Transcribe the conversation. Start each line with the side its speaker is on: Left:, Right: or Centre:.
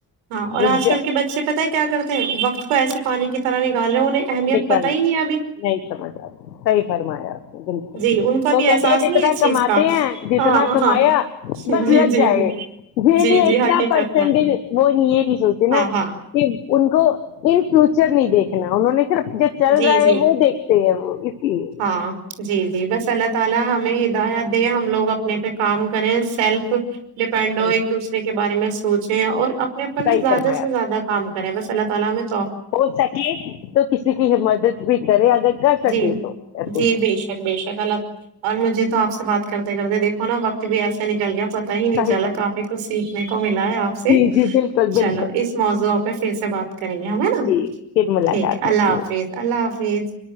Right: ہاں اور
Left: رک
Right: آج کل
Left: جا
Right: کے بچے پتا ہے کیا کرتے ہیں وقت کو ایسے پانی کی طرح نکال رہے ہیں انہیں اہمیت
Left: نکل
Right: پتہ ہی نہیں ہے ابھی
Left: نہیں سمجھ آتا صحیح فرمایا آپ نے بالکل
Right: جی ان کو بھی
Left: وہ
Right: احساس
Left: کہتے ہیں
Right: نہیں
Left: جتنا
Right: ہے اس چیز
Left: کماتے
Right: کا
Left: ہیں جتنا
Right: ہاں
Left: کمایا
Right: ہاں جی
Left: بس لگ
Right: جی
Left: جائے
Right: جی
Left: یہ
Right: جی
Left: نہیں
Right: جی
Left: کتنا
Right: حقیقت
Left: پرسینٹیج
Right: میں
Left: وہ یہ نہیں سوچتے
Right: ہاں
Left: نا
Right: ہاں
Left: کہ ان کو ان فیوچر نہیں دیکھنا انہوں نے صرف جو چل
Right: جی
Left: رہا
Right: جی
Left: ہے وہ دیکھتے ہیں وہ اسی لیے
Right: ہاں جی جی بس اللہ تعالی ہمیں ہدایت دیں ہم لوگ اپنے پہ کام کریں سیلف ڈپینڈ
Left: صحیح
Right: ہو ایک دوسرے کے بارے میں سوچیں اور اپنے اوپر نا
Left: صحیح
Right: زیادہ
Left: فرمایا
Right: سے زیادہ کام کریں بس اللہ تام <unintelligible>
Left: ہو سکے تو کسی کی ہم مدد بھی کرے اگر کر سکے
Right: جی
Left: تو ایسے
Right: جی بے شک بے شک الگ اور مجھے تو آپ سے بات کرتے کرتے دیکھو نا وقت بھی ایسے نکل گیا پتتا ہی نہیں
Left: صحیح
Right: چلا
Left: صحیح
Right: کافی کچھ سیکھنے کو ملا ہے آپ سے
Left: جی جی بالکل
Right: چلو
Left: بالکل
Right: اس موضوع پہ پھر سے بات کریں گے ہم ہے نا
Left: جی پھر ملاقات
Right: ٹھیک ہے اللہ
Left: ہوگی
Right: حافظ اللہ حافظ